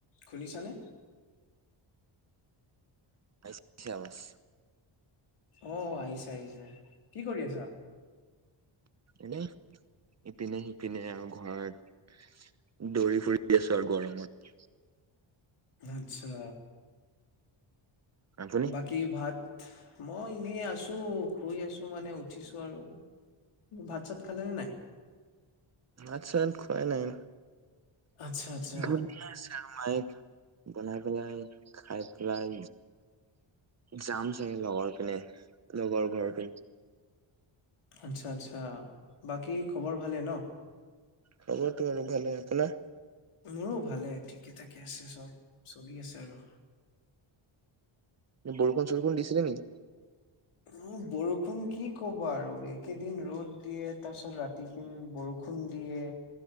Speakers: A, on the left; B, on the right.
A: শুনিছানে?
B: আহিছে আৱাজ।
A: অহ আহিছে আহিছে কি কৰি আছা।
B: এনে ইপিনে সিপিনে। কিনো আৰু ঘৰৰত। দৌৰি ফুৰি আছো আৰু গৰমত।
A: আচ্ছা।
B: আপুনি
A: বাকী ভাত। মই এনেই আছো শুই আছো মানে উঠিছো আৰু ভাত চাত খালে নে নাই
B: আচ্ছা খুৱাই নাই
A: আচ্ছা আচ্ছা
B: বনাই আছে আৰু মায়ে বনাই পেলাই খাই পেলাই যাম চাগে লগৰ পিনে লগৰ ঘৰতে
A: আচ্ছা, আচ্ছা বাকী খবৰ ভালে ন
B: খবৰতো আৰু ভালে আপোনাৰ
A: মোৰ ভালে ঠিকে ঠাকে আছে চব চলি আছে আৰু
B: বৰষুণ চৰুষুন দিছিলে নি
A: উম বৰষুণ কি কবা আৰু এইকেইদিন ৰ'দ দিয়ে তাৰ পিছত ৰাতি চোন বৰষুণ দিয়ে